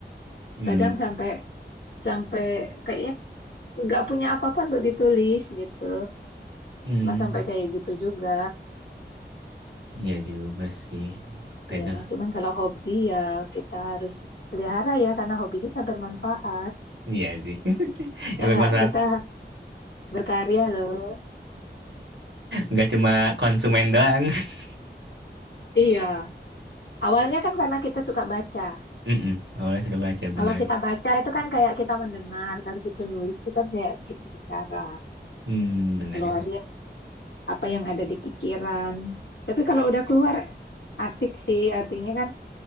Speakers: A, on the right (about 80°); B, on the left (about 85°).
A: Hmm,
B: Kadang sampai sampai kayaknya nggak punya apa-apa untuk ditulis gitu.
A: hmm,
B: Nah, sampai kayak gitu juga.
A: iya juga sih. Oke
B: Ya,
A: deh,
B: cuman kalau hobi ya kita harus pelihara ya karena hobi kita bermanfaat.
A: iya sih. <laughs> Ya
B: Ya
A: bermanfaat,
B: nggak, kita berkarya loh.
A: nggak cuma konsumen doang. <laughs>
B: Iya. Awalnya kan karena kita suka baca.
A: Mm-mm. Awalnya suka baca benar.
B: Kalau kita baca itu kan kayak kita mendengar, kalau kita nulis itu kan kayak kita bicara,
A: Hmm, benar
B: ngeluarin
A: kan
B: apa yang ada di pikiran. Tapi kalau udah keluar asik sih, artinya kan